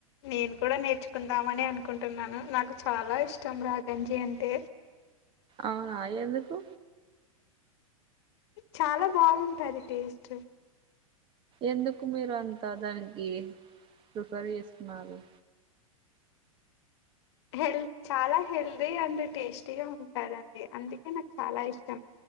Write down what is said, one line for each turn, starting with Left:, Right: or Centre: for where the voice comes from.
Left: నేను కూడా నేర్చుకుందామనె అనుకుంటున్నాను నాకు చ చాలా ఇష్టం రాగంజి అంటే
Right: అహ ఎందుకు
Left: చాలా బాగుంటది టేస్ట్
Right: ఎందుకు మీరు అంతా దానికి ప్రిఫర్ చేస్తున్నారు
Left: హెల్త్ చాలా హెల్దీ అండ్ టేస్టీగా ఉంటాదండి అందుకే నాకు చాలా ఇష్టం